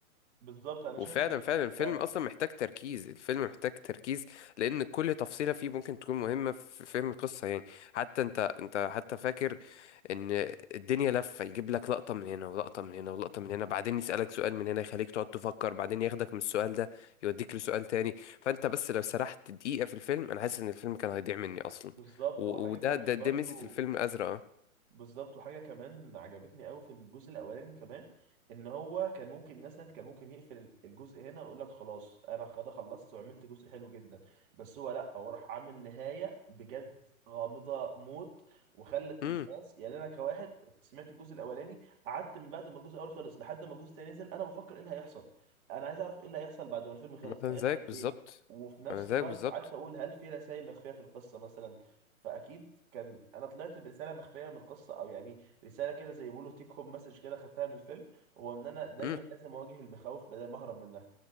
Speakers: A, on the right; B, on the left.
A: بالظبط انا
B: وفعلا
A: شايف كده
B: فعلا
A: كده
B: الفيلم
A: فعلا
B: اصلا محتاج تركيز الفيلم محتاج تركيز لان كل تفصيله فيه ممكن تكون مهمه في فهم القصه يعني حتى انت انت حتى فاكر ان الدنيا لفه يجيب لك لقطه من هنا ولقطه من هنا ولقطه من هنا بعدين يسالك سؤال من هنا يخليك تقعد تفكر بعدين ياخدك من السؤال ده يوديك لسؤال تاني فانت بس لو سرحت دقيقه في الفيلم انا حاسس ان الفيلم كان هيضيع مني اصلا
A: بالظبط
B: و-
A: وحاجة
B: وده
A: كمان
B: ده
A: برضو
B: ده ميزه الفيلم الازرق اه
A: بالظبط وحاجه كمان عجبتني قوي في الجزء الاولاني كمان ان هو كان ممكن مثلا كان ممكن يقفل الجزء هنا ويقول لك خلاص انا خلاص خلصت وعملت جزء حلو جدا بس هو لا هو راح عامل نهايه بجد غامضه موت وخلت
B: امم
A: الناس يعني انا كواحد سمعت الجزء الاولاني قعدت من بعد ما الجزء الاول خلص لحد ما الجزء الثاني نزل انا بفكر ايه اللي هيحصل انا عايز اعرف ايه اللي هيحصل بعد ما الفيلم خلص
B: مثلا
A: هيحصل
B: زيك بالظبط
A: ايه وفي نفس
B: انا زيك
A: الوقت
B: بالظبط
A: قعدت اقول هل في رسائل مخفيه في القصه مثلا فاكيد كان انا طلعت برساله مخفيه من القصه او يعني رساله كده زي ما بيقولوا تيك هوم مسج كده خدتها من الفيلم هو ان انا دايما
B: مم.
A: لازم اواجه المخاوف بدل ما اهرب منها